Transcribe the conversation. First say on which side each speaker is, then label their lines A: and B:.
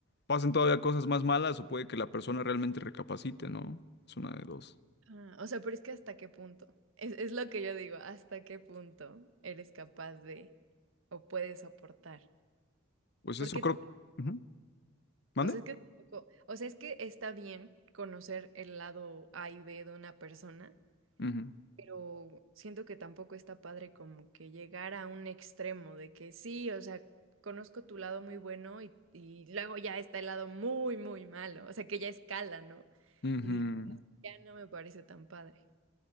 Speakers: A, on the left (about 55°); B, on the right (about 80°).
A: pasen todavía cosas más malas o puede que la persona realmente recapacite, ¿no? Es una de dos.
B: Ah, o sea, pero es que hasta qué punto, es, es lo que yo digo, hasta qué punto eres capaz de o puedes soportar,
A: Pues
B: porque
A: eso creo.
B: te...
A: Ujú. ¿Mande?
B: O sea, es que tampoco- o sea, es que está bien conocer el lado A y B de una persona,
A: Ujú.
B: pero siento que tampoco está padre como que llegar a un extremo de que sí, o sea, conozco tu lado muy bueno y, y luego ya está el lado muy, muy malo, o sea, que ya escala, ¿no?
A: Ujú.
B: Y digo, ya no me parece tan padre.